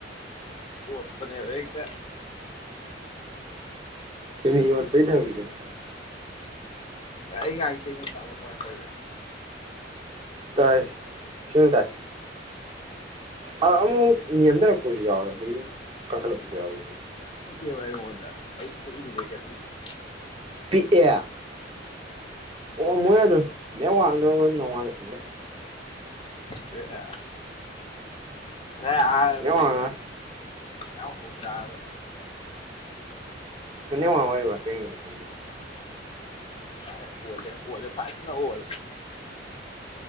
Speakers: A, on the left; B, on the right.
A: ꯑꯣꯠꯄꯅꯦꯕ ꯍꯦꯛꯇꯥ
B: ꯇꯃꯤ ꯋꯥꯔ ꯇꯩ ꯊꯧꯦ <unintelligible>
A: ꯑꯩ ꯉꯥꯡꯁꯦ ꯁꯦꯡꯅ ꯇꯥꯕ ꯀꯃꯥꯏꯅ ꯇꯧꯒꯦ
B: ꯇꯥꯏ ꯁꯦꯡꯅ ꯇꯥꯏ ꯑꯗ ꯑꯃꯨꯛ ꯅꯦꯝꯊꯔꯛꯄꯁꯨ ꯌꯥꯎꯋꯦ ꯑꯗꯒꯤ ꯀꯟꯈꯠꯂꯛꯄꯁꯨ ꯌꯥꯎꯋꯦ
A: ꯀꯦ ꯋꯥꯏ ꯃꯗ ꯑꯩ ꯐꯜ ꯔꯦꯀꯔꯤꯦ <unintelligible>
B: ꯄꯤꯛꯑꯦ ꯑꯣ ꯃꯣꯏ ꯑꯗꯨ ꯅ ꯋꯥꯡꯅꯕ ꯅꯅꯨꯡꯉ ꯂꯩꯦꯀꯗꯦ <unintelligible>
A: ꯕꯦꯔꯥ ꯉꯥꯁꯥꯏ ꯑꯍꯟꯕꯩ
B: ꯅꯦꯠꯋꯥꯛꯅ
A: ꯌꯥꯝ ꯍꯧꯅ ꯇꯔꯃꯤ
B: ꯀꯉ ꯋꯥꯔꯤ ꯋꯥꯥꯛ ꯀꯩꯅ ꯈꯗꯦ <unintelligible>
A: ꯐꯔꯦ ꯑꯣꯂꯦ ꯑꯣꯂꯦ ꯐꯖꯦ ꯅ ꯑꯣꯜ